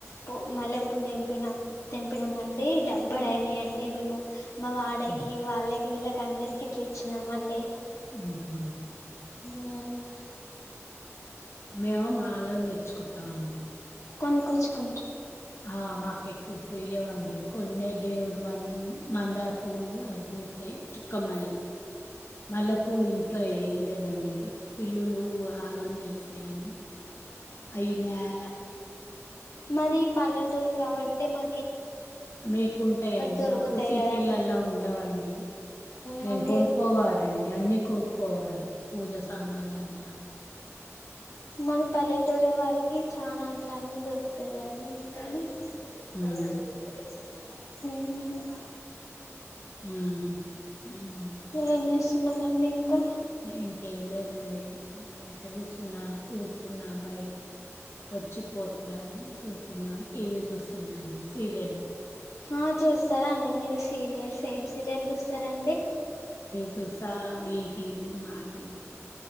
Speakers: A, on the left (about 80°); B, on the left (about 60°).
A: ప మల్లె పూలు తెంపిన తెంపినామండి, డబ్బల అయినాయండి మేము మా వాడకి
B: హ్మ్.
A: వాళ్ళ వీళ్ళకి అందరికి ఇట్లా ఇచ్చినామండి
B: ఆ
A: మ్
B: మేము మాలలు తెచ్చుకుంటాం అండి
A: కొన్ కోచ్చుకో
B: హ మాకేకు కుయ్యవాం కొండే దేవుడు మంద మంద పూలు ఐబూసై చుక్కమల్లె మల్లెపూలు ఇంట్లో వేయలేదండి పిల్లులు ఆగం చేస్తాయని అయినాల
A: అ మాది పల్లెటూరు కాబట్టి ట మా
B: మీకుంటాయండి
A: దొరుకుతాయి
B: మాకు సిటీలలా
A: కదండి
B: ఉండవండి,
A: మాకి
B: మేము కొనుక్కోవాలండి. అన్ని కొలొకోవాలి పూజ సామాలు అయినా
A: మన పల్లెటూరు వారికి చాలా అలన్నీ దొరుకు యన్న ఇస్తని ఇంతా
B: హ్మ్.
A: అడిగికుట్తరా నకు మ్
B: హ్మ్. హ్మ్.
A: ఏమ్ చే ఉన్నారడి ఇంకా
B: ఇంకేం లేదండి, బయట కూూస్తున్నా చూస్తున్నా బయట వచ్చిపోతార అని చూస్తున్నాం టీవీ చూస్తున్నా అండి సీరియల్
A: ఆ చూస్తారాండి మీరు సీరియల్స్ ఏమ్ సీరియల్ చూస్తారండి
B: చూసా ఈటీవీ మాటీవీ